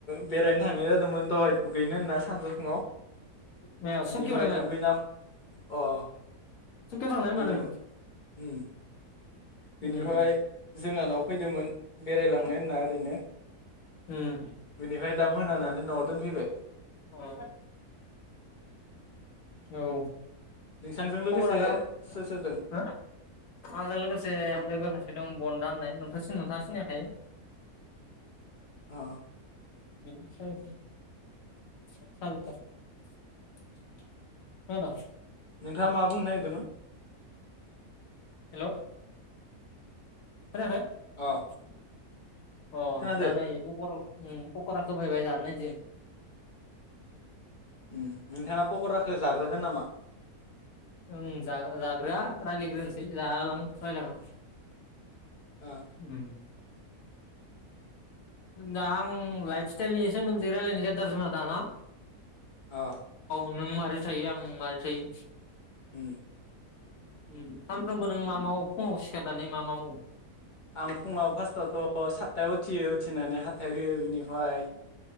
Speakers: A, on the left (about 40°); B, on the left (about 65°).
A: बेरायनो थांनाय जादोंमोन दहाय दुगैनो होनना सानजौफुङआव
B: मायाव सुकियाव
A: बिनिफ्राय
B: ना मायाव
A: दुगैना अ
B: सुकियाव थांनाय होमबा
A: बेनि
B: नों
A: उम बेनिफ्राय
B: उम
A: जोंहानाव फैदोंमोन बेरायलांनो होनना ओरैनो
B: उम
A: बिनिफ्राय दा मोनानानै न'आव दोनफैबाय
B: अ औ
A: नोंथांजों लोगोसे
B: खबरा दाम
A: सोर सोर दों
B: हा आजों लोगोसे लोगोखासे एकदम बन्दा होननाय नोंथांसि नोंथांसिनायखाय।
A: अ
B: <unintelligible> खोनाद'?
A: नोंथाङा मा बुंनो नागिरदोंमोन?
B: हेलौ। खोनायाखै?
A: अ
B: अ
A: खोनादो
B: दा नै गबराव उ पकराखो होफैबाय जानो नायदो।
A: नोंथाङा पकराखो? जाग्रोगोन नामा?
B: ओं जाग्रोआ रायज्लायग्रोनोसै जाहोलां रायलाय होलां
A: अ
B: उम दा आं लाइफ स्टाइलनि सोमोन्दै रायलायनाय जादों आरो दा न'?
A: अ
B: नों मारै थायो आं मारै थायो?
A: उम
B: उम सामफ्रोमबो नों मा मावो फुङाव सिखारनानै मा मा मावो?
A: आं फुङाव फार्स्टआवथ' सातथायाव उथियो उथिनानै हाथायाव हुयो बिनिफ्राय